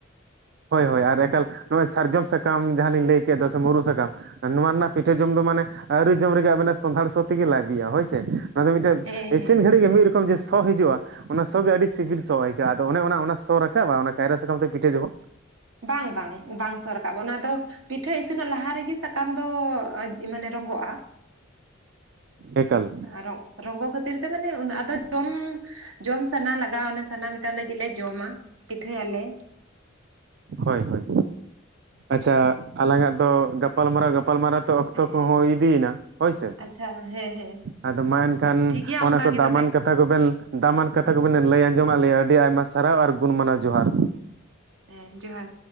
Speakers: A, on the right; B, on the right.
A: ᱦᱳᱭ ᱦᱳᱭ ᱟᱨ ᱮᱠᱟᱞ ᱱᱚᱜᱼᱚᱭ ᱥᱟᱨᱡᱚᱢ ᱥᱟᱠᱟᱢ ᱡᱟᱦᱟᱸᱞᱤᱧ ᱞᱟᱹᱭ ᱠᱮᱫ ᱫᱚ ᱥᱮ ᱢᱩᱨᱩᱫ ᱥᱟᱠᱟᱢ ᱱᱚᱶᱟ ᱨᱮᱱᱟᱜ ᱯᱤᱴᱷᱟᱹ ᱡᱚᱢ ᱫᱚ ᱢᱟᱱᱮ ᱟᱹᱣᱨᱤ ᱡᱚᱢ ᱨᱮᱜᱮ ᱟᱵᱮᱱᱟᱜ ᱥᱚᱸᱫᱷᱟᱲ ᱥᱚ ᱛᱮᱜᱮ ᱞᱟᱡ ᱵᱤᱜ-ᱟ, ᱦᱳᱭ ᱥᱮ᱾ ᱚᱱᱟ ᱫᱚ ᱢᱤᱫᱴᱟᱹᱱ
B: ᱦᱮᱸ ᱦᱮᱸ
A: ᱤᱥᱤᱱ ᱜᱷᱟᱹᱲᱤᱡ ᱜᱮ ᱢᱤᱫ ᱨᱚᱠᱚᱢ ᱡᱮ ᱥᱚ ᱦᱤᱡᱩᱜᱼᱟ᱾ ᱚᱱᱟ ᱥᱚ ᱜᱮ ᱟᱹᱰᱤ ᱥᱤᱵᱤᱞ ᱥᱚ ᱟᱹᱭᱠᱟᱹᱜᱼᱟ᱾ ᱟᱫᱚ ᱚᱱᱮ ᱚᱱᱟ, ᱚᱱᱟ ᱥᱚ ᱨᱟᱠᱟᱵᱟ ᱚᱱᱟ ᱠᱟᱭᱨᱟ ᱥᱟᱠᱟᱢ ᱛᱮ ᱯᱤᱴᱷᱟᱹ ᱡᱚᱠᱷᱚᱜ
B: ᱵᱟᱝ ᱵᱟᱝ, ᱵᱟᱝ ᱥᱚ ᱨᱟᱠᱟᱵᱼᱟ ᱚᱱᱟ ᱫᱚ ᱯᱤᱴᱷᱟᱹ ᱤᱥᱤᱱᱚᱜ ᱞᱟᱦᱟ ᱨᱮᱜᱮ ᱥᱟᱠᱟᱢ ᱫᱚ ᱢᱟᱱᱮ ᱨᱚᱸᱜᱚᱜᱼᱟ᱾
A: ᱮᱠᱟᱞ᱾
B: ᱟᱨᱦᱚ ᱨᱚᱝᱜᱚ ᱠᱷᱟᱹᱛᱤᱨ ᱛᱮ ᱢᱟᱱᱮ ᱟᱫᱚ ᱡᱚᱢ ᱡᱚᱢ ᱥᱟᱱᱟ ᱞᱟᱜᱟᱜᱼᱟ ᱚᱱᱮ ᱥᱟᱱᱟ ᱢᱮᱴᱟᱣ ᱞᱟᱹᱜᱤᱫ ᱞᱮ ᱡᱚᱢᱟ ᱯᱤᱴᱷᱟᱹᱭᱟᱞᱮ᱾
A: ᱦᱳᱭ ᱦᱳᱭ ᱟᱪᱪᱷᱟ ᱟᱞᱟᱝᱟᱜ ᱫᱚ ᱜᱟᱯᱟᱞᱢᱟᱨᱟᱣ ᱜᱟᱯᱟᱞᱢᱟᱨᱟᱣ ᱛᱚ ᱚᱠᱛᱚ
B: ᱦᱮᱸ
A: ᱠᱚᱦᱚᱸ ᱦᱩᱭ ᱤᱫᱤᱭᱮᱱᱟ ᱦᱳᱭᱥᱮ᱾
B: ᱟᱪᱪᱷᱟ ᱦᱮᱸ ᱦᱮᱸ
A: ᱟᱫᱚ ᱢᱟ ᱮᱱᱠᱷᱟᱱ
B: ᱴᱷᱤᱠ ᱜᱮᱭᱟ ᱚᱱᱠᱟ
A: ᱚᱱᱟ ᱠᱚ
B: ᱜᱮ
A: ᱫᱟᱢᱟᱱ
B: ᱛᱚᱵᱮ
A: ᱠᱟᱛ ᱛᱷᱟ ᱠᱚᱵᱮᱱ ᱫᱟᱢᱟᱱ ᱠᱟᱛᱷᱟ ᱠᱚᱵᱮᱱ ᱞᱟᱹᱭ ᱟᱸᱡᱚᱢᱫ ᱞᱮᱭᱟ ᱟᱹᱰᱤ ᱟᱭᱢᱟ ᱥᱟᱨᱦᱟᱣ ᱟᱨ ᱜᱩᱱ ᱢᱟᱱᱟᱣ ᱡᱚᱦᱟᱨ᱾
B: ᱦᱩᱸ ᱡᱚᱦᱟᱨ᱾